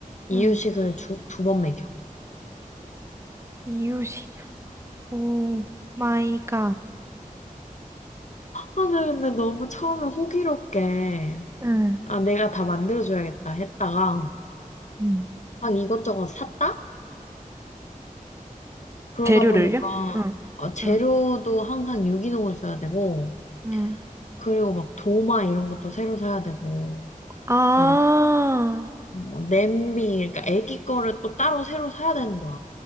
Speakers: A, on the left; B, on the right.
A: 이유식을
B: 음.
A: 두 번 먹여.
B: 이유식. 오 마이 갓.
A: 아, 나 근데 너무 처음에 호기롭게
B: 네.
A: 아, 내가 다 만들어줘야겠다 했다가
B: 음.
A: 막 이것저것 샀다? 그러다
B: 재료를요?
A: 보니까
B: 응,
A: 어, 재료도
B: 응,
A: 항상 유기농을 써야 되고
B: 응.
A: 그리고 막 도마 이런 것도 새로 사야 되고
B: 아,
A: 아니, 뭐 냄비 그러니까 애기 거를 또 따로 새로 사야 되는 거야.